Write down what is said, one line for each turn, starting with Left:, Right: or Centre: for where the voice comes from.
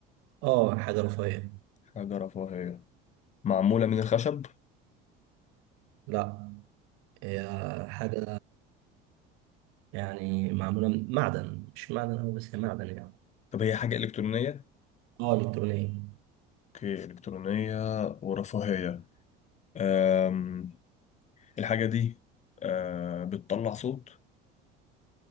Right: اه حاجة رفاهية
Left: حاجة رفاهية معمولة من الخشب
Right: لا هي حاجة يعني معمولة من معدن مش معدن أوي بس هي معدن يعني
Left: طب هي حاجة إلكترونية
Right: اه إلكترونية
Left: أوكي إلكترونية ورفاهية أم الحاجة دي أه بتطلع صوت